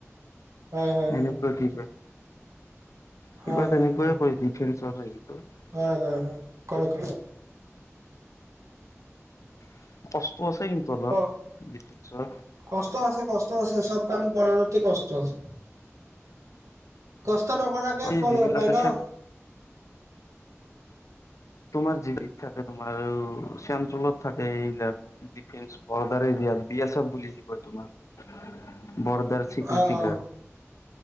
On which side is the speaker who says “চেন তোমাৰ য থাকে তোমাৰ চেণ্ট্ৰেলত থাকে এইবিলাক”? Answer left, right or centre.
Left